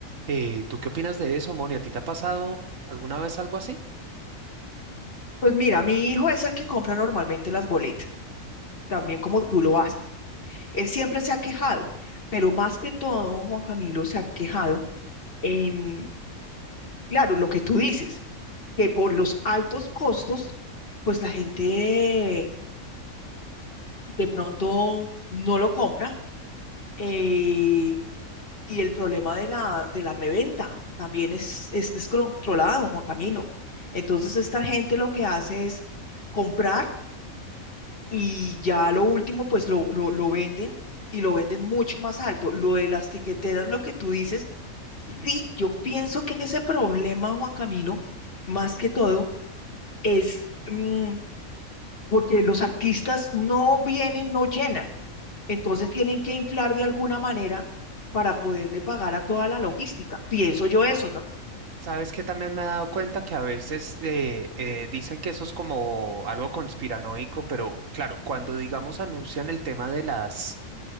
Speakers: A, on the right; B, on the left.
A: Eh, ¿tú qué opinas de eso, Moni? ¿A ti te ha pasado alguna vez algo así?
B: Pues mira, mi hijo es el que compra normalmente las boletas, también como tú lo haces. Él siempre se ha quejado, pero más que todo, Juan Camilo se ha quejado en, claro, lo que tú dices, que por los altos costos, pues la gente de pronto no lo compra. eh, Y el problema de la, de la reventa también es, es descontrolado, Juan Camilo. Entonces, esta gente lo que hace es comprar y ya lo último, pues lo, lo, lo venden y lo venden mucho más alto. Lo de las tiqueteras, lo que tú dices, sí, yo pienso que ese problema, Juan Camilo, más que todo, es mm, porque los artistas no vienen, no llenan. Entonces tienen que inflar de alguna manera para poderle pagar a toda la logística. Pienso yo eso, ¿no?
A: Sabes que también me he dado cuenta que a veces eh, eh, dicen que eso es como algo conspiranoico, pero claro, cuando digamos anuncian el tema de las